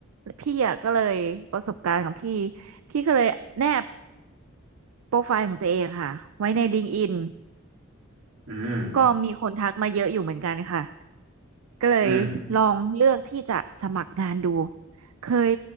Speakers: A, on the right; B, on the right.
A: พี่อ่ะก็เลยประสบการณ์ของพี่พี่ก็เลยแนบโปรไฟล์ของตัวเองค่ะไว้ในล i งก e d i n
B: อืม
A: ก็มีคนทักมาเยอะอยู่เหมือนกันค่ะก็เลยลองเลือกที่จะสมัครงานดู
B: อืม
A: เคย